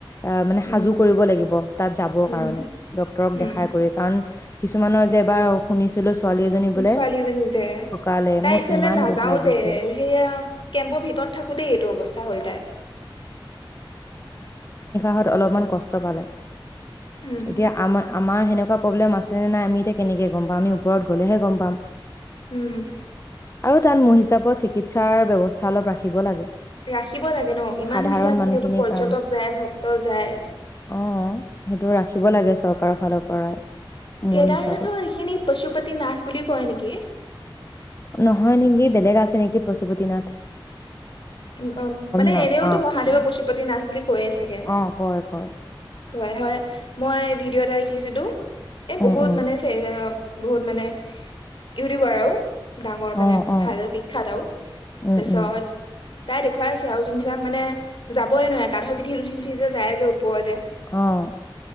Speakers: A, on the left; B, on the left.
A: আহ মানে
B: উম
A: সাজু কৰিব লাগিব তাত যাবৰ
B: উম
A: কাৰণে ডক্টৰক
B: উম
A: দেখাই কৰি কাৰণ কিছুমানৰ যে এবাৰ শুনিছিলো ছোৱালী এজনী
B: <unintelligible>
A: বোলে
B: ছোৱালীজনী যে,
A: ঢুকালে
B: তাই
A: মোৰ
B: ইফালে
A: ইমান
B: নাযাওতে
A: দুখ লাগিছে
B: সেইয়া কেম্পৰ ভিতৰত থাকোতেই এইটো অৱস্থা হ'ল তাই
A: হত অলপমান কষ্ট পালে।
B: উম
A: এতিয়া আমা আমাৰ সেনেকুৱা প্ৰব্লেম আছেনে নাই আমি এতি কেনেকে গম পাম আমি ওপৰত গলেহে গম পাম।
B: উম।
A: আৰু তাত মোৰ হিচাপত চিকিৎসাৰ ব্যৱ <unintelligible> ৰাখিব লাগে।
B: ৰাখিব লাগে ন ইমান
A: সাধাৰণ
B: বিলাকে
A: মানুহখিনিৰ
B: যিহেতু পৰ্যটক
A: কাৰণে
B: যায়, ভক্ত যায়।
A: অ সেইটো ৰাখিব লাগে চৰকাৰৰ ফালৰ পৰাই মোৰ
B: কেদাৰনাথৰ
A: হিচাপত
B: এইখিনি পচুপতি নাথ বুলি কয় নেকি?
A: নহয় নেকি বেলেগ আছে নেকি পচুপতি নাথ?
B: উ অ মানে
A: নাপাওঁ।
B: এনেওতো মহাদেৱে পশুপতি নাথ বুলি কৈয়ে চাগে।
A: অ কয় কয়।
B: কয় হয়। মই ভিডিঅ' এটা <unintelligible> এ
A: উম
B: বহুত
A: উম
B: মানে বহুত মানে ইউটিউবাৰও ডাঙৰ মানে
A: অ অ
B: ভাল বিখ্যাত আউ
A: উম
B: পিছত
A: উম
B: তাই দেখুৱাই আছে আৰু যোনবিলাক মানে যাবই নোৱাৰে গাধৰ পিঠিত উঠি - উঠি যে যায় যে ওপৰলে
A: অ'।